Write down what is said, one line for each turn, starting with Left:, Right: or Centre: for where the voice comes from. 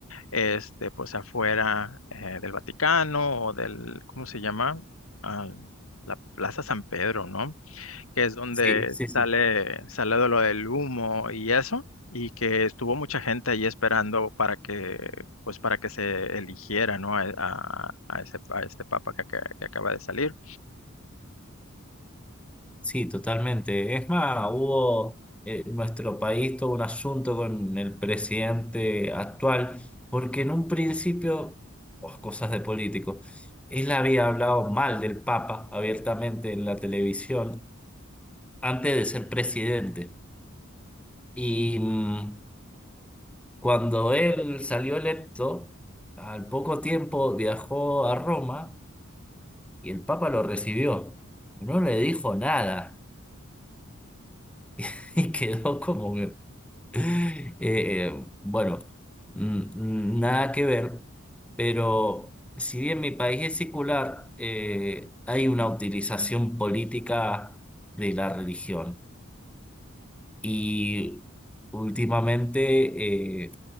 Left: este, pues afuera eh, del Vaticano o del, ¿cómo se llama? Al- la Plaza San Pedro, ¿no? que es donde
Centre: Sí, sí, sí.
Left: sale, sale de lo del humo y eso, y que estuvo mucha gente ahí esperando para que, pues para que se eligiera, ¿no? A, a- a ese, a este papa que, aca- que acaba de salir.
Centre: Sí, totalmente. Es más, hubo, eh, nuestro país todo un asunto con el presidente actual, porque en un principio, oh, cosas de políticos, él había hablado mal del Papa abiertamente en la televisión antes de ser presidente. Y mm, cuando él salió electo, al poco tiempo viajó a Roma y el Papa lo recibió. No le dijo nada <laughs> y quedó como <laughs> Eh, eh, bueno, mm, mm, nada que ver, pero si bien mi país es secular, eh, hay una utilización política de la religión. Y últimamente eh,